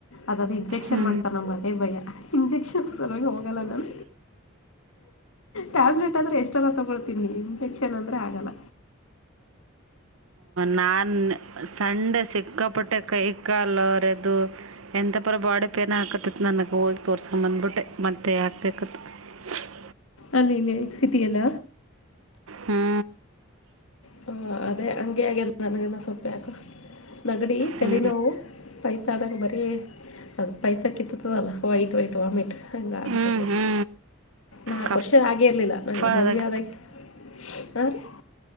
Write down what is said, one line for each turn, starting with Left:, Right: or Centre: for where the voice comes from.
Left: ಅದದ ಇಂಜಕ್ಷನ್
Right: ಹ್ಞೂ
Left: ಮಾಡ್ತಾರ ನಮ್ಗ ಅದೇ ಭಯ ಇಂಜೆಕ್ಷನ್ ಸಲಗಿ ಹೋಗಲ್ಲ ನಾನ್ ಟ್ಯಾಬ್ಲೆಟ್ ಆದ್ರೆ ಎಷ್ಟನ ತಗೊಳ್ತೀನಿ ಇಂಜಕ್ಷನ್ ಅಂದ್ರೆ ಆಗಲ್ಲ
Right: ನಾನ್ ಸಂಡೆ ಸಿಕ್ಕಾಪಟ್ಟೆ ಕೈ ಕಾಲ ಹರೆದು ಎಂತಪರಿ ಬಾಡಿ ಪೇನ್ ಆಕತಿತ್ ನನಗ್ ಹೋಗಿ ತೋರ್ಸ್ಕೊಮ್ ಬಂದ್ಬಿಟ್ಟೆ ಮತ್ತೆ ಹಾಕ್ಬೇಕ ಅಂತ ಹ <inaudible>
Left: ಅಲ್ಲ ಇಲ್ಲಿ ಸಿಟಿಯಲ್ಲ
Right: ಹ್ಞೂ
Left: ಹ ಅದೇ ಅಂಗೇ ಆಗೆದ ನನಗನು ಸೊಪ್ ಯಾಕೊ ನಗಡಿ ತಲೆ
Right: ಹ್ಞೂ
Left: ನೋವು ಪೈತಾದಾಗ ಬರೆ ಅದ ಪೈತಕಿತ್ತತದಲ್ಲ ವೈಟ್ ವೈಟ್ ವಾಮಿಟ್ ಹಂಗ ಆಕ್ಕತದ
Right: ಹ್ಞೂ ಹ್ಞೂ
Left: ನಾಕ್
Right: ಕಫ
Left: ವರ್ಷ ಆಗೆ ಇರ್ಲಿಲ್ಲ ನಂಗ ಮದ್ವಿ
Right: ಅದಾಗ
Left: ಆದಾಗ <unintelligible>